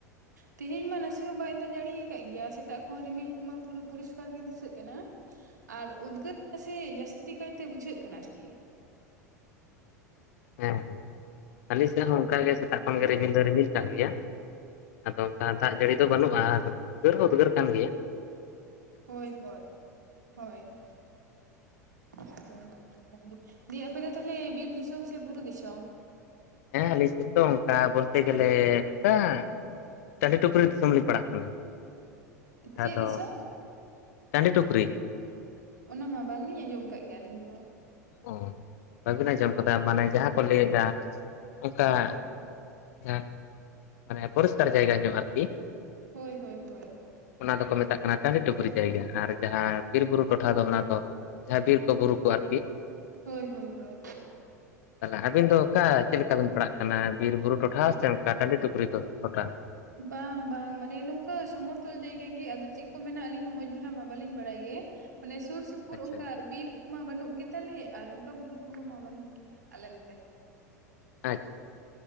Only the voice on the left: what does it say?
ᱦᱮᱸ ᱾ ᱟᱹᱞᱤ ᱥᱮᱫ ᱦᱚᱸ ᱚᱱᱠᱟ ᱜᱮ ᱥᱮᱛᱟᱜ ᱠᱷᱚᱱ ᱜᱮ ᱨᱤᱢᱤᱞ ᱫᱚᱭ ᱨᱤᱢᱤᱞ ᱠᱟᱜ ᱜᱮᱭᱟ ᱾ ᱟᱫᱚ ᱚᱱᱠᱟ ᱫᱟᱜ ᱡᱟᱹᱲᱤ ᱫᱚ ᱵᱟᱹᱱᱩᱜᱼᱟ, ᱟᱨ ᱩᱫᱽᱜᱟᱹᱨ ᱦᱚᱸ ᱩᱫᱽᱜᱟᱹᱨ ᱠᱟᱱ ᱜᱮᱭᱟ ᱾
ᱦᱮᱸ ᱟᱹᱞᱤᱧ ᱥᱮᱫ ᱛᱚ ᱚᱱᱠᱟ ᱵᱚᱞ ᱛᱮ ᱜᱮᱞᱮ ᱱᱚᱝᱠᱟ ᱾ ᱴᱟᱸᱰᱤ ᱴᱩᱯᱨᱤ ᱫᱤᱥᱚᱢ ᱞᱤᱧ ᱯᱟᱲᱟᱜ ᱠᱟᱱᱟ,
ᱫᱚᱼᱼ
ᱴᱟᱸᱰᱤ ᱴᱩᱯᱨᱤ ᱾
ᱚ ᱟᱹᱵᱤᱱ ᱟᱸᱡᱚᱢ ᱠᱟᱛᱮᱜ ᱢᱟᱱᱮ ᱡᱟᱦᱟ ᱠᱚ ᱞᱟᱹᱭ ᱟᱠᱟᱫ ᱚᱱᱠᱟ ᱾ <unintelligible> ᱢᱟᱱᱮ ᱯᱚᱨᱤᱥ ᱠᱟᱨ ᱡᱟᱭᱜᱟ ᱧᱚᱜ ᱟᱨᱠᱤ ᱾
ᱚᱱᱟ ᱫᱚᱠᱚ ᱢᱮᱛᱟᱜ ᱠᱟᱱᱟ ᱴᱟᱸᱰᱤ ᱴᱩᱯᱨᱤ ᱡᱟᱭᱜᱟ, ᱟᱨ ᱡᱟᱦᱟ ᱵᱤᱨ ᱵᱩᱨᱩ ᱴᱚᱴᱷᱟ ᱫᱚ ᱚᱱᱟ ᱫᱚᱼᱼ ᱡᱟᱦᱟᱸ ᱵᱤᱨ ᱠᱚ ᱵᱩᱨᱩ ᱠᱚ ᱟᱨᱠᱤ ᱾
ᱛᱟᱦᱞᱮ ᱟᱵᱤᱱ ᱫᱚ ᱚᱠᱟ ᱪᱮᱫ ᱞᱮᱠᱟ ᱵᱤᱱ ᱯᱟᱲᱟᱜ ᱠᱟᱱᱟ ᱵᱤᱨ ᱵᱩᱨᱩ ᱴᱚᱴᱷᱟ ᱥᱮ ᱚᱱᱠᱟ? ᱴᱟᱸᱰᱤ ᱠᱩᱯᱨᱤ ᱠᱩ ᱴᱷᱳᱴᱟ ᱾
ᱟᱪᱪᱷᱟ
ᱟᱪᱪᱷᱟ
ᱟᱪᱪᱷᱼᱼ